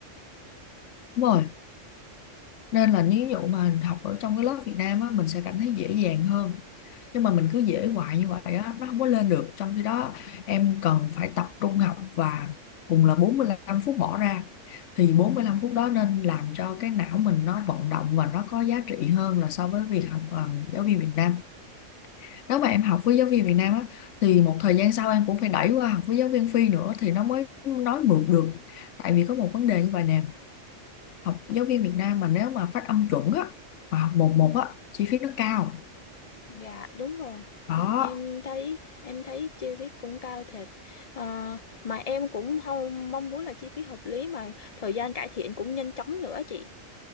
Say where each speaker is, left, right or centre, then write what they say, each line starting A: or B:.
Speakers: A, on the left (about 70°); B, on the left (about 50°).
A: đúng rồi nên là nếu dụ mà học ở trong cái lớp Việt Nam á mình sẽ cảm thấy dễ dàng hơn nhưng mà mình cứ dễ hoài như vậy á nó không có lên được trong khi đó em cần phải tập trung học và cùng là 45 phút bỏ ra thì 45 phút đó nên làm cho cái não mình nó vận động và nó có giá trị hơn là so với việc học ờ, giáo viên Việt Nam nếu mà em học với giáo viên Việt Nam á thì một thời gian sau em cũng phải đẩy qua học với giáo viên Phi nữa thì nó mới nói mượt được tại vì có một vấn đề như vậy nè học giáo viên Việt Nam mà nếu mà phát âm chuẩn á và học một
B: ừ,
A: một á chi phí nó cao
B: dạ đúng rồi
A: đó
B: em thấy em thấy chi phí cũng cao thiệt Ờ, mà em cũng không mong muốn là chi phí hợp lý mà thời gian cải thiện cũng nhanh chóng nữa chị